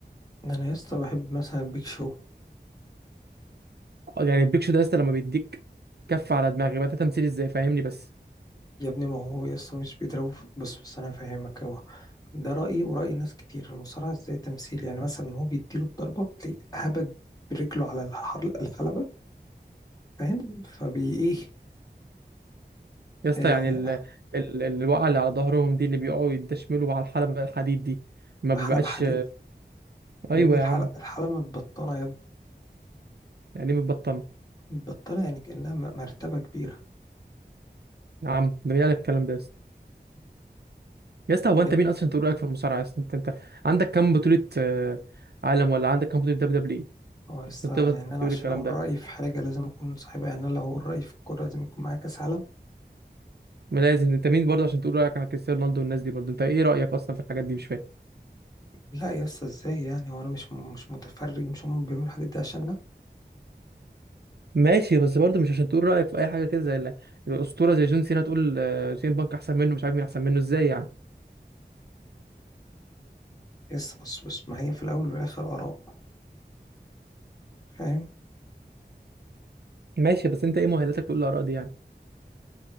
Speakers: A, on the left (about 20°); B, on the right (about 65°).
A: ان انا يسطا بحب مثلا بيك شو
B: يعني البيك شو ده يا اسطى لما بيديك كف على دماغي بقى ده تمثيل ازاي فاهمني بس
A: يا ابني ما هو يسطا مش بيضربه في- بص بص انا فاهمك اهو ده رأيي ورأي ناس كتير المصارعة ازاي تمثيل يعني مثلا هو بيديله الضربة بتلاقيه هبد برجله على الحر- الحلبة فاهم فبي ايه
B: يا اسطى
A: آه
B: يعني ال... ال... الوقعه اللي على ظهرهم دي اللي بيقعوا يدشملوا على الحلبه الحديد دي ما بيبقاش
A: حلبة حديد
B: ايوه
A: يا ابني الحلقة
B: يا عم
A: الحلبة متبطنة يا
B: يعني متبطنه
A: متبطلة يعني كأنها م- مرتبة كبيرة
B: يا عم ده مين قالك الكلام ده يا اسطى يا اسطى هو انت
A: جدا
B: مين اصلا تقول رايك في المصارعه يا اسطى انت انت عندك كام بطوله آه، عالم ولا عندك كام بطوله دبليو دبليو
A: هو يسطا
B: عشان تقدر
A: يعني أنا
B: تقول
A: عشان
B: الكلام
A: أقول
B: ده
A: رأيي في حاجة لازم أكون صاحبها يعني أنا لو أقول رأيي في الكورة لازم يكون معايا كأس عالم
B: ما لازم انت مين برضه عشان تقول رايك عن كريستيانو رونالدو والناس دي برضه انت ايه رايك اصلا في الحاجات دي مش فاهم
A: لا يسطا إزاي يعني هو أنا مش م- مش متفرج مش هم بيعملوا الحاجات دي عشاننا
B: ماشي بس برضه مش عشان تقول رايك في اي حاجه كده زي ال- الاسطوره زي جون سينا تقول آه، سين بانك احسن منه مش عارف مين احسن منه ازاي يعني
A: يسطا بص بص ما هي في الأول والآخر آراء فاهم
B: ماشي بس انت ايه مؤهلاتك تقول الاراء دي يعني